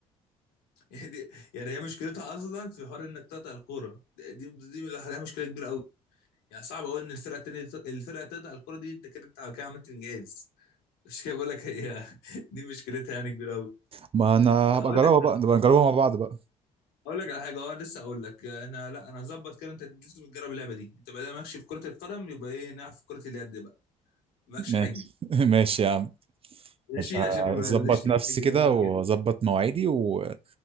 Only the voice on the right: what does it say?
ما انا هبقى
اجربها
بقى نبقى نجربها مع بعض بقى
ماشي
<laughs> ماشي يا عم
مش
هظبط
نفسي
كده
واظبط
مواعيدي ونروح